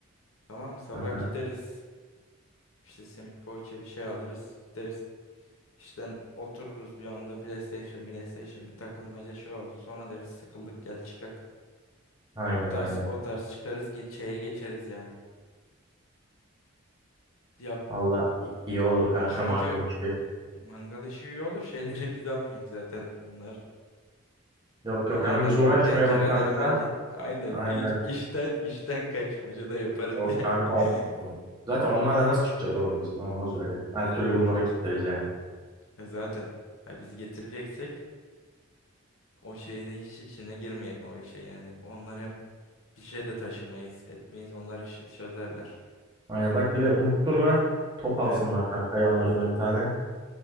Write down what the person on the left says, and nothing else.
Tamam mı? Sabah
gideriz. İşte simit poğaça bir şey alırız. Gideriz. İşte otururuz bir anda PlayStation, PlayStation bir takılmaca şey oldu. Sonra deriz sıkıldık gel çıkak.
O tarz
o tarz çıkarız git şeye geçeriz yani. Ya
çünkü
e, mangal işi iyi olur. <laughs> Şeyleri biz almayak zaten. Onlar
Hallederler.
Tencerelere
mencere. Aynen.
Büyük işten işten kaçmaca da yaparız
ya.
<laughs>
Ya Zaten. Ya biz getireceksek o şeyin hiç içine girmeyek o işe yani. Onlar hem bir şey de taşımayız, etmeyiz. Onlar işi çözerler.
He.